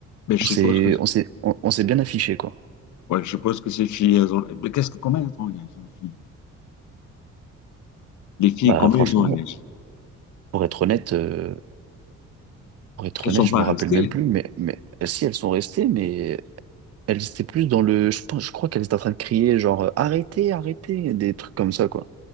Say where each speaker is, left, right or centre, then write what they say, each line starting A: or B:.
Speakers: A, on the left (about 75°); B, on the right (about 55°).
A: Mais je
B: on
A: suppose
B: s'est
A: que,
B: on s'est on, on s'est bien affiché quoi.
A: ouais, je suppose que ces filles, elles ont, mais qu'est-ce que, comment elles ont réagi, les filles? Les filles,
B: Bah
A: comment
B: franchement,
A: elles ont réagi?
B: pour être honnête. euh, Pour être
A: Elles
B: honnête,
A: sont
B: je
A: pas
B: me rappelle
A: restées.
B: même plus, mais, mais euh, si elles sont restées, mais elles étaient plus dans le. Je pense, je crois qu'elles étaient en train de crier, genre euh, arrêtez, arrêtez, des trucs comme ça, quoi.